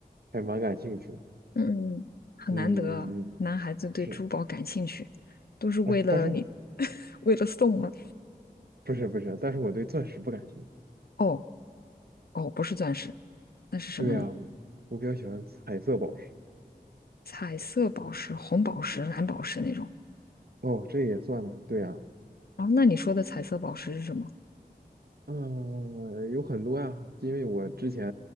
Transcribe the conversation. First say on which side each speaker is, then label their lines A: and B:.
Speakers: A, on the right; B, on the left.
A: 还蛮感兴趣的。
B: 嗯嗯，很难得啊，
A: 嗯嗯嗯，
B: 男孩子对珠宝感兴趣，
A: 是。
B: 都是为了你，
A: 哎，但是我
B: <laughs> 为了送吗？
A: 不是不是，但是我对钻石不感兴趣。
B: 哦哦，不是钻石，那是什么呢？
A: 对呀，我我比较喜欢彩色宝石。
B: 彩色宝石、红宝石、蓝宝石那种。
A: 哦，这也算呢。对呀，
B: 哦，那你说的彩色宝石是什么？
A: 嗯，有很多呀，因为我之前